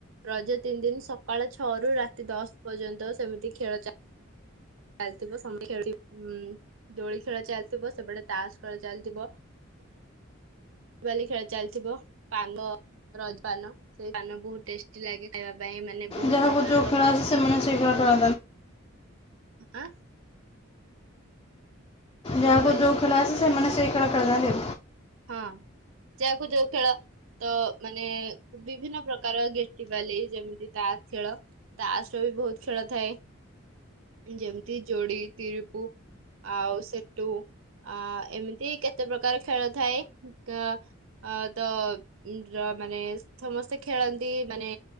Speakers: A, on the right; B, on the left.
A: ରଜ ତିନିଦିନ ସକାଳ ଛଅରୁ ରାତି ଦଶ ପର୍ଯ୍ୟନ୍ତ ସେମିତି ଖେଳ ଚାଲି ଖଲଥିବ ଖେଳୁ ଦୋଳି ଖେଳ ଚାଲିଥିବ, ସେପଟେ ତାସ ଖେଳ ଚାଲିଥିବ ବାଲି ଖେଳ ଚାଲିଥିବ, ପାନ ରଜପାନ ସେଇ ପାନ ବହୁତ ଟେଷ୍ଟ <unintelligible> ଖାଇବା ପାଇଁ ମାନେ ବହୁତ
B: ଯାହାକୁ
A: ପ୍ରକାରର
B: ଯୋଉ ଖେଳ
A: ମସଲା
B: ଆସେ ସେମାନେ ସେଇ ଖେଳ <unintelligible>
A: ଆଁ। କଣ
B: ଯାହାକୁ
A: କହିଲେ
B: ଯୋଉ ଖେଳ ଆସେ ସେମାନେ ସେଇ ଖେଳା ଖେଳିଥାନ୍ତି।
A: ହଁ ଯାହାକୁ ଯୋଉ ଖେଳ ତ ମାନେ ବିଭିନ୍ନ ପ୍ରକାର ଗେଟିିବାଲି ଯେମିତି ତାସ ଖେଳ ତାସର ବି ବହୁତ ଖେଳ ଥାଏ। ଯେମତି ଯୋଡି, ତିରିପୁ ଆଉ ସେଟୁ ଅ ଏମିତି କେତେ ପ୍ରକାର ଖେଳ ଥାଏ ଆଁ। ଅ ତ <unintelligible> ମାନେ ସମସ୍ତେ ଖେଳନ୍ତି ମାନେ